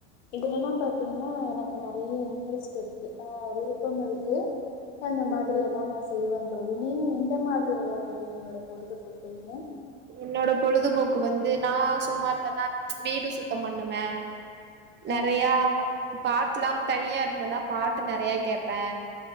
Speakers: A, on the left (about 80°); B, on the right (about 30°).
A: இதுலெல்லா பாத்தீங்கன்னா எனக்கு நறைய இன்ட்ரெஸ்ட் இருக்கு ஆ விருப்பம் இருக்கு அப்ப அந்த மாதிரி
B: ம்.
A: எல்லா நா செய்வன் தோழி நீங்க எந்த மாதிரி எல்லா தோழி உங்களோட பொழுதுபோக்குரிங்க
B: என்னோட பொழுதுபோக்கு வந்து நா சும்மா இருந்தன வீடு சுத்தம் பண்ணுவே நெறையா
A: ம்
B: பாட்டுல்லா தனியா இருந்தேன்னா பாட்டு நெறைய கேட்பே